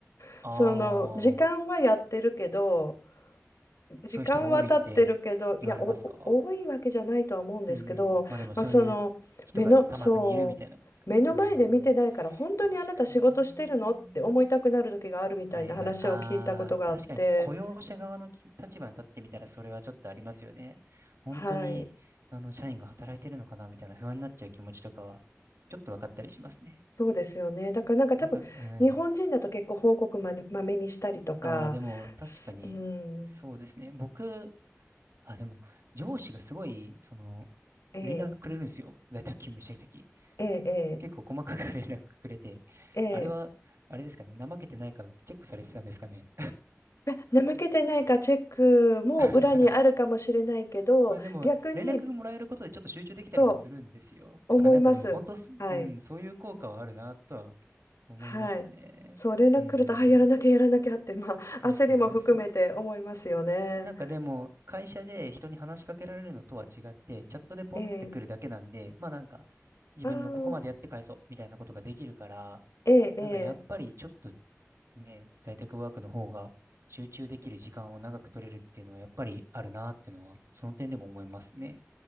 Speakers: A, on the left (about 70°); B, on the right (about 60°).
A: <laughs>
B: あ
A: その時間はやってるけど
B: あ、
A: 時間は経ってるけど、
B: そういう人が多いって言われますか
A: いや、お、お多いわけじゃないとは思うんですけど、
B: うんうん。まあでもそういう人がたまにいるみたいなことですかね。
A: まあ、その、目の、そう、目の前で見てないから、
B: ああ、
A: 本当にあなた仕事してるのって思いたくなる時があるみたいな話を聞いたことがあって、
B: 確かにね。はいはい。ああ、確かに雇用者側のき立場に立ってみたらそれはちょっとありますよね。本当に、
A: はい。
B: あの、社員が働いてるのかなみたいな不安になっちゃう気持ちとかは、ちょっと分かったりしますね。
A: そうですよね。だからなんか多分、
B: なんか、はい。
A: 日本人だと結構報告ま、まめにしたりとか、
B: ああ、でも確かに、
A: すうん、
B: そうですね。僕、あ、でも、上司がすごい、その、
A: ええ
B: 連絡くれるんですよ。在宅勤務してるとき。
A: ええ
B: 結構細かく <laughs> 連絡くれて、
A: ええええ
B: あれは、あれですかね。怠けてないかチェックされてたんですかね。
A: え怠けてないかチェックも裏にあるかもしれないけど、
B: <laughs> まあでも、
A: 逆に
B: 連絡がもらえることでちょっと集中できたりもするんですよ。
A: そう思います。
B: あ、なんかでも本当す、
A: はい。
B: うん、そういう効果はあるなとは思いましたね。
A: はい。そう、連絡来ると、
B: うんうんうん。
A: あ、やらなきゃやらなきゃって、まあ、
B: そうそうそうそう。
A: 焦りも含めて思いますよね。
B: なんかでも、会社で人に話しかけられるのとは違って、チャットでポンってくるだけなんで、
A: ええ。
B: まあなんか、自分のここまでやって返そうみたいなことができるから、
A: ああ、ええ、ええ。
B: なんかやっぱりちょっとね、在宅ワークの方が集中できる時間を長く取れるっていうのはやっぱりあるなっていうのは、その点でも思いますね。